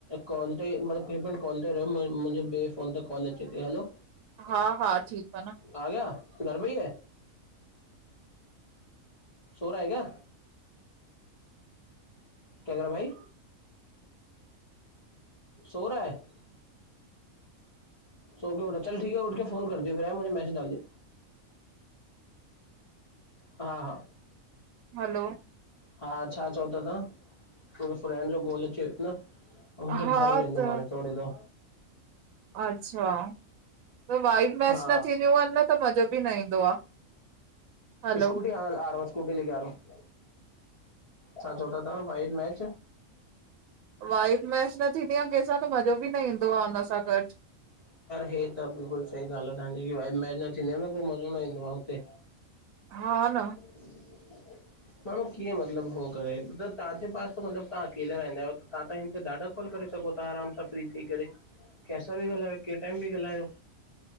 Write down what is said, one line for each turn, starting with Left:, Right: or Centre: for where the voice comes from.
Left: कॉल ते मतिलब हे मिंट कॉल ते रहयो मुंह मुंहिंजो ॿे फ़ोन ते कॉल अचे थो। हलो!
Right: हा-हा ठीक आ न।
Left: आ गया घर में ही है। सो रहा हे क्या? क्या कह रहा भाई। सो रहा है। सोके उठ चल ठीक है उठ के फोन कर दियो फिर मुझे मैसेज डाल दियो। हा!
Right: हलो!
Left: हा छा चओ था तव्हां मुंहिंजो फ्रेंड जो कॉल अची वियो न। हुनजे
Right: हा
Left: घर वेंदम
Right: त
Left: हाणे थोड़ी देर!
Right: अच्छा! त वाइब मैच
Left: हा
Right: न थीदियूं आहिन न त मज़ो बि न ईंदो आ। हलो
Left: स्कुटी हां आ रहा हूं। हां, स्कुटी ले के आ रहा हूं। छा चओ था तव्हां वाइब मैच
Right: वाइब मैच न थींदी आ कंहिं सां त मज़ो बि न ईंदो आ हुन सां गॾु।
Left: हे त बिल्कुल सही ॻाल् आ तव्हांजी वाइब में न थींदी आ न पो मज़ो न ईंदो आ हुते।
Right: हा न।
Left: <inaudible> माणहू कीअं मतिलब हो करे त तव्हांजे पास त मतिलब तव्हां अकेला रहंदा आहियो न। तव्हां त हिन ते ॾाढा कॉल करे सघो था आराम सां फ्री थी करे कंहिं सां बि ॻालायो कैं टाइम बि ॻालायो।